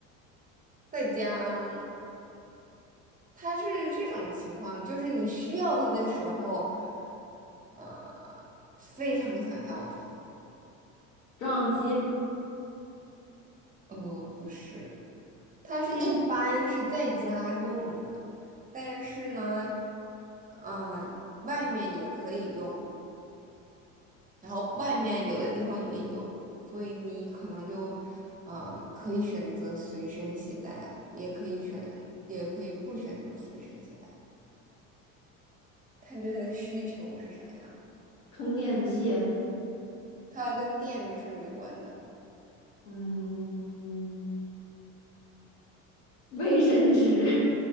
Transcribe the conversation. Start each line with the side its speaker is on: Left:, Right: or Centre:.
Right: 在家，它是这种情况，就是你需要它的时候，呃，非常想要它。
Left: 照相机、
Right: 呃，不是，它是一般是在家用的，
Left: 电
Right: 但是呢，呃，外面也可以用，然后外面有的地方也有，所以你可能就，呃，可以选择随身携带，也可以选，也可以不选择随身携带，看对它的需求是啥样。
Left: 充电器，
Right: 它跟电是没关的，
Left: 嗯，卫生纸，